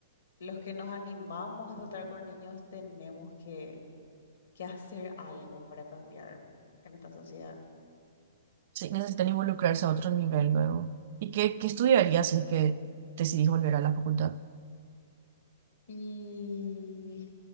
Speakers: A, on the left; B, on the right.
A: los que nos animamos a tratar con niños tenemos que, que hacer algo para cambiar en esta sociedad.
B: Sí, necesitan involucrarse a otro nivel luego. ¿Y qué, qué estudiarías si es que decidís volver a la facultad?
A: Y,